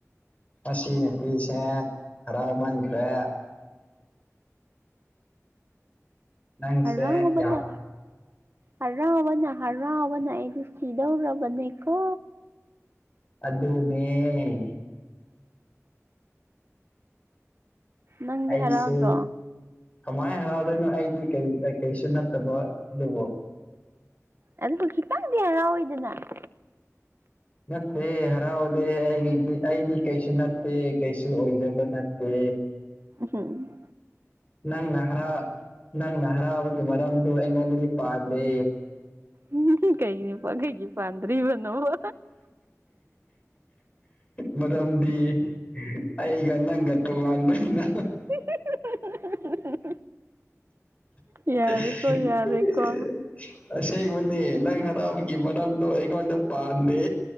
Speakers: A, on the left; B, on the right.
A: ꯑꯁꯤ ꯅꯨꯄꯤꯁꯦ ꯍꯔꯥꯎꯃꯟꯈ꯭ꯔꯦ ꯅꯪꯁꯦ
B: ꯍꫪꯥꯎꯕꯅ
A: ꯌꯥꯝ
B: ꯍꯔꯥꯎꯕꯅ-ꯍꯔꯥꯎꯕꯅ ꯑꯩꯗꯤ ꯁꯤꯗꯧꯔꯕꯅꯦꯀꯣ
A: ꯑꯗꯨꯅꯦ-
B: ꯅꯪꯗꯤ
A: ꯑꯩꯁꯦ
B: ꯍꯔꯥꯎꯗ꯭ꯔꯣ
A: ꯀꯃꯥꯏ ꯍꯔꯥꯎꯗꯣꯏꯅꯣ ꯑꯩꯗꯤ ꯀꯩ-ꯀꯩꯁꯨ ꯅꯠꯇꯕ ꯑꯗꯨꯕꯨ
B: ꯑꯗꯨꯕꯨ ꯈꯤꯇꯪꯗꯤ ꯍꯔꯥꯎꯋꯤꯗꯅ-
A: ꯅꯠꯇꯦ ꯍꯔꯥꯎꯗꯦ ꯑꯩꯒꯤꯗꯤ ꯑꯩꯗꯤ ꯀꯩꯁꯨ ꯅꯠꯇꯦ ꯀꯩꯁꯨ ꯑꯣꯏꯖ ꯕ ꯅꯠꯇꯦ
B: ꯎꯝ ꯍꯨꯝ
A: ꯅꯪꯅ ꯍꯔꯥ ꯅꯪꯅ ꯍꯔꯥꯎꯕꯒꯤ ꯃꯔꯝꯗꯣ ꯑꯩꯉꯣꯟꯗꯗꯤ ꯄꯥꯟꯗꯦ
B: ꯎꯝ ꯀꯩꯒꯤꯅꯣꯄ ꯀꯩꯒꯤ ꯄꯥꯟꯗ꯭ꯔꯤꯕꯅꯣꯕ
A: ꯃꯔꯝꯗꯤ ꯑꯩꯒ ꯅꯪꯒ ꯇꯣꯉꯥꯟꯕꯩ ꯅ
B: <inaudible>
A: <inaudible>
B: ꯌꯥꯔꯦꯀꯣ ꯌꯥꯔꯦꯀꯣ
A: ꯑꯁꯦꯡꯃꯅꯦ ꯅꯪ ꯍꯔꯥꯎꯕꯒꯤ ꯃꯔꯝꯗꯣ ꯑꯩꯉꯣꯟꯗ ꯄꯥꯟꯗꯦ